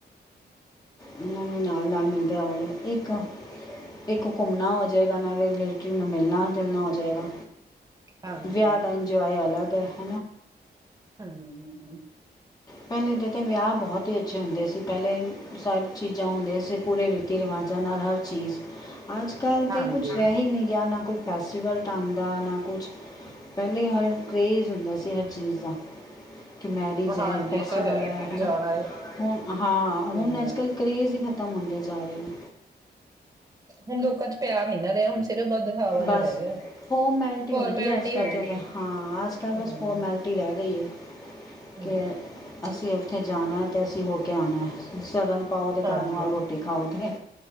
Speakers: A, on the left; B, on the right.
A: ਹਮ ਨੂੰ ਨਾਲ ਨਾਲ ਮਿਲਦੇ ਆਗੇ ਇੱਕ ਇੱਕ ਘੁੰਮਣਾ ਹੋ ਜਾਵੇਗਾ ਨਾਲੇ ਰਿਲੇਟਿਵ ਨੂੰ ਮਿਲਣਾ ਜੁਲਣਾ ਹੋ ਜਾਵੇਗਾ
B: ਹਾਂਜੀ,
A: ਵਿਆਹ ਦਾ ਇੰਜੋਏ ਅਲੱਗ ਹੈ <inaudible>
B: ਹਮਮਮ
A: ਪਹਿਲੇ ਦੇ ਤਾਂ ਵਿਆਹ ਬਹੁਤ ਹੀ ਅੱਛੇ ਹੁੰਦੇ ਸੀ ਪਹਿਲੇ ਸਭ ਚੀਜ਼ਾਂ ਹੁੰਦੀਆਂ ਸੀ ਪੂਰੇ ਰੀਤੀ ਰਿਵਾਜ਼ਾਂ ਨਾਲ ਹਰ ਚੀਜ਼ ਅੱਜ ਕੱਲ ਤੇ
B: ਹਾਂਜੀ।
A: ਕੁਛ ਰਹਿ ਹੀ ਨਹੀਂ ਗਿਆ ਨਾ ਕੋਈ ਫੈਸਟੀਵਲ ਢੰਗ ਦਾ ਨਾ ਕੁਛ ਪਹਿਲੇ ਹਰ ਕਰੇਜ਼ ਹੁੰਦਾ ਸੀ ਹਰ ਚੀਜ਼ ਦਾ ਕਿ ਮੈਰਿਜ
B: ਹਾਂਜੀ
A: ਹੈ
B: ਇਹ
A: ਅ
B: ਤਾਂ
A: ਗੱਲ ਹੈ ਹਨਾ
B: ਜਾਣਾ ਏ,
A: ਹੁਣ ਹਾਂ
B: ਹੂੰ।
A: ਹੁਣ ਅੱਜ ਕੱਲ ਕਰੇਜ਼ ਖ਼ਤਮ ਹੁੰਦੇ ਜਾ ਰਹੇ ਨੇ
B: ਹੁਣ ਲੋਕਾਂ ਚ ਪਿਆਰ ਨੀ ਨਾ ਰਿਹਾ ਹੁਣ ਸਿਰਫ ਬਸ ਦਿਖਾਵਾ
A: ਬਸ
B: ਜਿਹਾ ਰਹਿ ਗਿਆ,
A: ਫੋਰਮੈਲਿਟੀ
B: ਫੋਰਮੈਲਿਟੀ
A: ਹੁੰਦੀ ਹੈ ਅੱਜ ਕੱਲ੍ਹ
B: ਹੋ ਗਈ।
A: ਤਾਂ ਹਾਂ ਅੱਜ ਕੱਲ੍ਹ
B: ਹੂੰ,
A: ਬਸ ਫੋਰਮੈਲਿਟੀ ਰਹਿ ਗਈ ਹੈ
B: ਹੂੰ।
A: ਕਿ ਅਸੀਂ ਉੱਥੇ ਜਾਨਣਾ ਹੈ ਕੈਸੀੇ ਹੋ ਕੇ ਆਉਣਾ ਹੈ ਸਗਮ ਪਾਓ ਤੇ
B: ਹਾਂਜੀ,
A: ਘਰ ਨੂੰ‌ ਆਓ ਰੋਟੀ ਖਾਓ ਉੱਥੇ